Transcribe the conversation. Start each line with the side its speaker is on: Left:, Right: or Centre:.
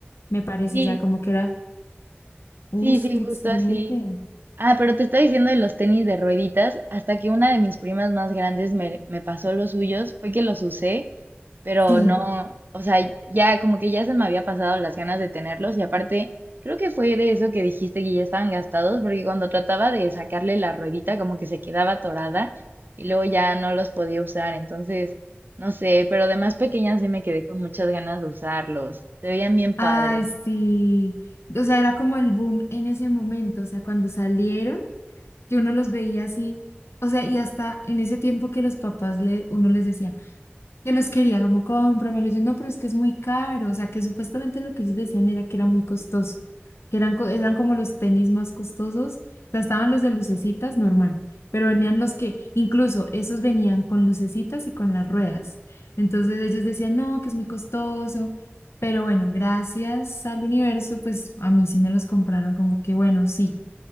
Left: Me parece,
Right: Sí,
Left: o sea, como que era, uff,
Right: sí, sí,
Left: qué
Right: justo
Left: excelente.
Right: así. Ah, pero te estaba diciendo de los tenis de rueditas, hasta que una de mis primas más grandes me, me pasó los suyos, fue que los usé, pero
Left: Sí,
Right: no, o sea, ya como que ya se me había pasado las ganas de tenerlos y aparte, creo que fue de eso que dijiste que ya estaban gastados, porque cuando trataba de sacarle la ruedita como que se quedaba atorada y luego ya no los podía usar, entonces, no sé, pero de más pequeña sí me quedé con muchas ganas de usarlos, se veían bien
Left: Ay,
Right: padres.
Left: sí. O sea, era como el boom en ese momento. O sea, cuando salieron, yo uno los veía así. O sea, y hasta en ese tiempo que los papás le, uno les decía. Yo los quería como cómpramelos. Yo no, pero es que es muy caro. O sea, que supuestamente lo que ellos decían era que era muy costoso, que eran, co- eran como los tenis más costosos. O sea, estaban los de lucecitas normal, pero venían los que, incluso esos venían con lucecitas y con las ruedas. Entonces ellos decían, no, que es muy costoso. Pero bueno, gracias al universo, pues a mí sí me los compraron como que bueno, sí